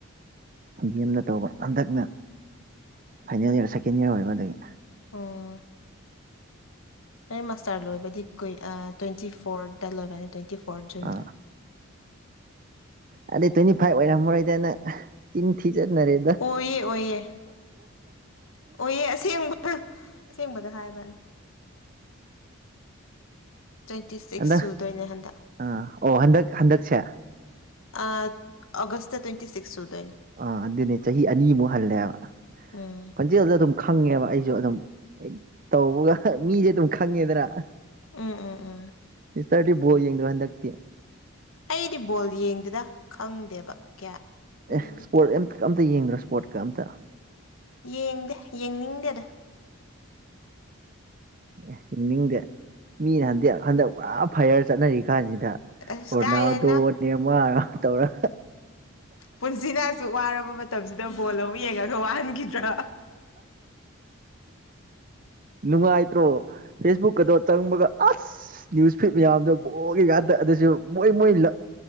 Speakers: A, on the right; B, on the left.
A: ꯗꯤ ꯑꯦꯝꯅ ꯇꯧꯕ ꯍꯟꯗꯛꯅ ꯐꯥꯏꯅꯦꯜ ꯏꯔ ꯁꯦꯀꯦꯟ ꯏꯔ ꯑꯣꯏꯕ ꯑꯗꯒꯤ
B: ꯑꯣ ꯑꯩ ꯃꯥꯁꯇꯥꯔ ꯂꯣꯏꯕꯗꯤ ꯀꯨꯏ ꯑꯥ ꯇ꯭ꯋꯦꯟꯇꯤ ꯐꯣꯔꯠꯇ ꯂꯣꯏꯕꯅꯤ ꯇ꯭ꯋꯦꯟꯇꯤ ꯐꯣꯔꯠ ꯖꯨꯟꯗ
A: ꯑꯥ ꯑꯗꯩ ꯇ꯭ꯋꯦꯟꯇꯤ ꯐꯥꯏꯚ ꯑꯣꯏꯔꯝꯃꯔꯣꯏꯗꯅ ꯆꯤꯟ ꯊꯤ ꯖꯟꯅꯔꯦ
B: ꯑꯣꯏꯌꯦ ꯑꯣꯏꯌꯦ ꯑꯣꯏꯌꯦ ꯑꯁꯦꯡꯕ ꯑꯁꯦꯡꯕꯗ ꯍꯥꯏꯕꯟ ꯇ꯭ꯋꯦꯟꯇꯤ ꯁꯤꯛꯁ
A: ꯍꯟꯗꯛ
B: ꯁꯨꯗꯣꯏꯅꯦ ꯍꯟꯗꯛ
A: ꯑꯥ ꯑꯣ ꯍꯟꯗꯛ ꯍꯟꯗꯛꯁꯦ
B: ꯑꯥ ꯑꯣꯒꯁꯇ ꯇ꯭ꯋꯦꯟꯇꯤ ꯁꯤꯛꯁ ꯁꯗꯣꯏꯅꯤ
A: ꯑꯥ ꯑꯗꯨꯅꯦ ꯆꯍꯤ ꯑꯅꯤꯃꯨꯛ ꯍꯜꯂꯦꯕ
B: ꯎꯝ
A: ꯈꯣꯟꯖꯦꯜꯗ ꯑꯗꯨꯝ ꯈꯪꯉꯦꯕ ꯑꯩꯁꯨ ꯑꯗꯨꯝ ꯍꯦꯛ ꯇꯧꯕꯒ ꯃꯤꯗꯤ ꯑꯗꯨꯝ ꯈꯪꯉꯦꯗꯅ
B: ꯎꯝ ꯎꯝ ꯎꯝ
A: ꯏꯁꯇꯔꯗꯤ ꯕꯣꯜ ꯌꯦꯡꯗ꯭ꯔꯣ ꯍꯟꯗꯛꯇꯤ
B: ꯑꯩꯗꯤ ꯕꯣꯜ ꯌꯦꯡꯗꯦꯗ ꯈꯪꯗꯦꯕ ꯀꯌꯥ ꯎꯝ
A: ꯑꯦ ꯏꯁꯄꯣꯔꯠ ꯑꯦꯝ ꯑꯃꯝꯇ ꯌꯦꯡꯗ꯭ꯔꯣ ꯏꯁꯄꯣꯔꯠꯀ ꯑꯝꯇ
B: ꯌꯦꯡꯗꯦ ꯌꯦꯡꯅꯤꯡꯗꯦꯗ
A: ꯑꯦ ꯌꯦꯡꯅꯤꯡꯗꯦ ꯃꯤꯅ ꯍꯟꯗꯦ ꯍꯟꯗꯛ ꯄꯨꯔꯥ ꯐꯌꯥꯔ ꯆꯠꯅꯔꯤ ꯀꯥꯟꯁꯤꯗ
B: ꯑꯁ
A: ꯔꯣꯅꯥꯜꯗꯣ
B: ꯀꯥꯏꯗꯩꯅꯣ
A: ꯅꯦꯝꯃꯔ ꯇꯧꯔ
B: ꯄꯨꯟꯁꯤꯅ ꯑꯁꯨꯛ ꯋꯥꯔꯕ ꯃꯇꯝꯁꯤꯗ ꯕꯣꯜ ꯑꯃꯨꯛ ꯌꯦꯡꯉꯒ ꯋꯥꯍꯟꯈꯤꯗ꯭ꯔꯥ
A: ꯅꯨꯡꯉꯥꯏꯇ꯭ꯔꯣ ꯐꯦꯁꯕꯨꯛ ꯑꯗꯣ ꯆꯪꯕꯒ ꯑꯁ ꯅ꯭ꯌꯨꯁ ꯐꯤꯠ ꯃꯌꯥꯝꯗꯣ ꯕꯣꯒꯤ ꯉꯇ ꯑꯗꯨꯁꯨ ꯃꯣꯏ ꯃꯣꯏ ꯂꯛ